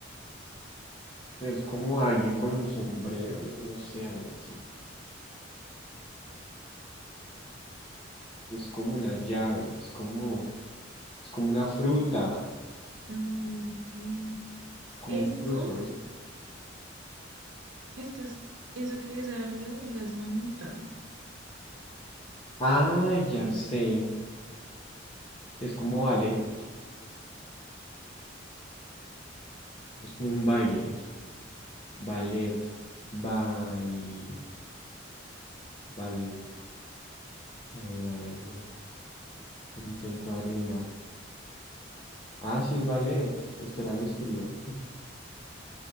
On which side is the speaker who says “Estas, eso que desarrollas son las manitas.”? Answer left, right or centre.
Right